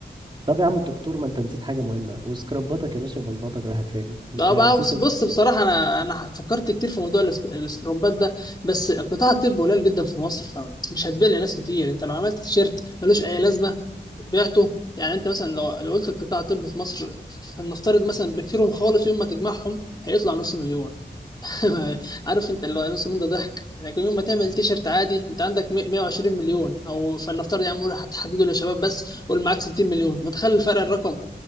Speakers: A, on the right; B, on the left.
A: طب يا عم الدكتور ما انت نسيت حاجة مهمة وسكرباتك يا باشا بلطتك راحت فين انت
B: اه
A: نسيت
B: بقى بص
A: ال...
B: بص بصراحة أنا أنا فكرت كتير في موضوع الاس- الاسترومبات ده بس قطاع الطب قليل جدا في مصر فمش هتبيع لناس كتير أنت لو عملت تيشيرت ملوش أي لازمة بعته يعني أنت مثلا لو لو قلت قطاع الطب في مصر فلنفترض مثلا بكثيرهم خالص يوم ما تجمعهم هيطلع نص مليون <laughs> عارف انت اللي هو النص ده ضحك لكن يوم ما تعمل تيشرت عادي انت عندك مية- 120 مليون او فلنفترض يا عم قول هتحدده للشباب بس قول معاك 60 مليون متخيل الفرق الرقم